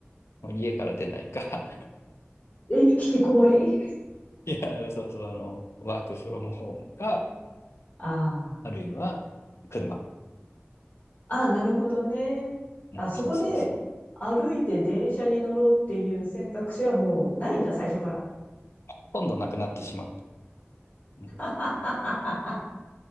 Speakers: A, on the left (about 75°); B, on the left (about 40°).
A: もう家から出ないか。
B: え、引きこもり
A: <laughs> いや、そうそう、あの、ワークフロムホームか、
B: <laughs> ああ。
A: あるいは車。
B: ああ、なるほどね。
A: うん、
B: あ、そこで、
A: そうそうそう。
B: 歩いて電車に乗ろうっていう選択肢はもうないんだ、最初から。
A: ほとんどなくなってしまった。うん
B: <laughs>